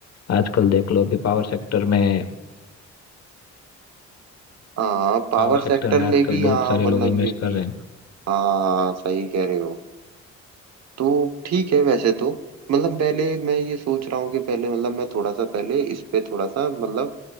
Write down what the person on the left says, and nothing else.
आजकल देख लो अभी पावर सेक्टर में
पावर सेक्टर
में
आजकल
बहुत सारे
लोग इन्वेस्ट
कर
रहे हैं